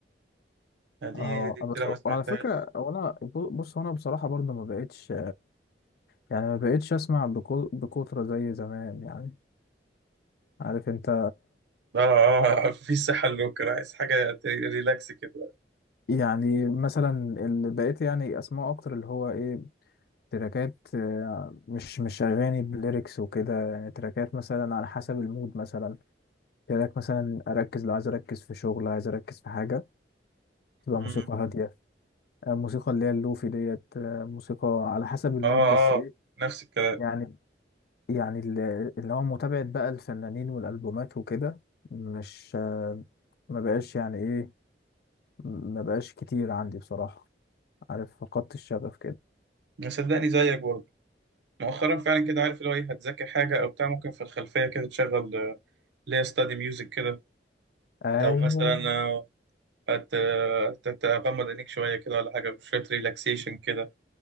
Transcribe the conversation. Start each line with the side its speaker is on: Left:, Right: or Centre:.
Right: يعني دي
Left: اه
Right: دي انت
Left: بس
Right: لو ما سمعتهاش
Left: على فكرة وانا بص انا بصراحة برضه ما بقتش يعني ما بقتش اسمع بكو- بكترة زي زمان يعني عارف انت
Right: اه اه آه، في صحة للروك أنا عايز حاجة ت- ريلاكس كده
Left: يعني مثلا اللي بقيت يعني اسمعه اكتر اللي هو ايه تراكات آه، مش مش أغاني بليركس وكده يعني تراكات مثلا على حسب المود مثلا تراك مثلا أركز لو عايز أركز في شغل عايز أركز في حاجة تبقى
Right: مم.
Left: موسيقى هادية آه، موسيقى اللي هي اللوفي ديت آه، موسيقى على حسب المود
Right: اه
Left: بس إيه
Right: اه نفس الكلام
Left: يعني يعني ال- اللي هو متابعة بقى الفنانين والألبومات وكده مش آه، ما بقاش يعني إيه ما بقاش كتير عندي بصراحة عارف فقدت الشغف كده
Right: صدقني زيك برضه مؤخرا فعلا كده عارف اللي هو ايه هتذاكر حاجة او بتاع ممكن في الخلفية كده تشغل آه، اللي هي ستادي ميوزك كده
Left: أيوه
Right: او مثلا آه، هت هت- هتغمض عينيك شوية كده ولا حاجة شوية ريلاكسيشن كده